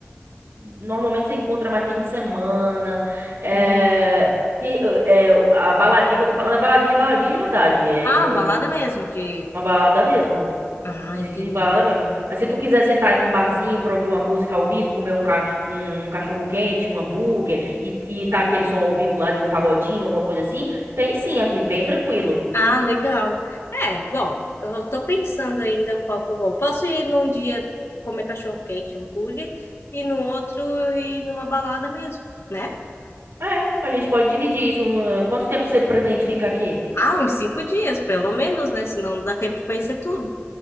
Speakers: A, on the right; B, on the left.
A: normalmente você encontra mais fim de semana. É,
B: Hum.
A: que, é, a baladinha que eu tô falando é baladinha, baladinha de verdade. É
B: Ah,
A: com
B: balada mesmo, de
A: Uma balada mesmo.
B: Ah,
A: De
B: entendi.
A: balada mesmo. Mas se tu quiser sentar num barzinho pra ouvir uma música ao vivo, comer um, ca- um, um cachorro quente, um hambúrguer e, e tá aquele som ao vivo lá de um pagodinho, alguma coisa assim, tem sim aqui, bem tranquilo.
B: Ah, legal. É, bom, eu tô pensando ainda qual que eu vou. Posso ir num dia comer cachorro-quente, hambúrguer, e no outro ir numa balada mesmo, né?
A: É, a gente pode dividir isso. no- Quanto tempo você pretende ficar aqui?
B: Ah, uns cinco dias, pelo menos, né? Senão não dá tempo de conhecer tudo.